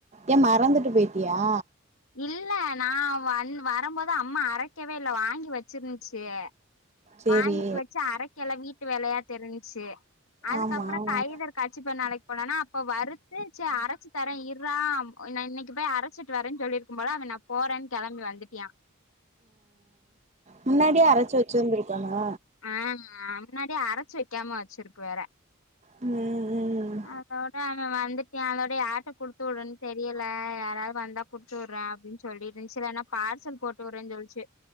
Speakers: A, on the right; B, on the left.
A: ஏன் மறந்துட்டு போய்ட்டியா
B: இல்ல நான் வந் வரம்போது அம்மா அரைக்கவே இல்ல வாங்கி வச்சிர்ந்ச்சு
A: சரி
B: வாங்கி வச்சு அரைக்கல வீட்டு வேலையா தெரிஞ்சிச்சு அதுக்கப்புறோ
A: ஆமா
B: கைல இரு கர்ச்சிப்ப நளைக் போனானா அப்ப வறுத்துருச்சு அரச்சி தர இர்றா இன்ன இன்னைக்கு போய் அரச்சிட்டு வரேன் சொல்லிரு க்கும் போல அவன் நான் போறேன் கெளம்பி வந்துட்யான்
A: முன்னாடியே அரச்சு வச்சுருந்திருக்கணு
B: ஆமா முன்னாடியே அரச்சு வைக்காம வச்சிருக்கு வேற
A: ம் ம் ம்
B: அதோட அவன் வந்துட்யான் அதோட யாரட்ட குடுத்து உடன் தெரியல யாராது வந்தா குடுத்துவுற அப்டின் சொல்லிருந்ச்சு இல்லனா பார்சல் போட்டுவுட்ரேன் சொல்ச்சு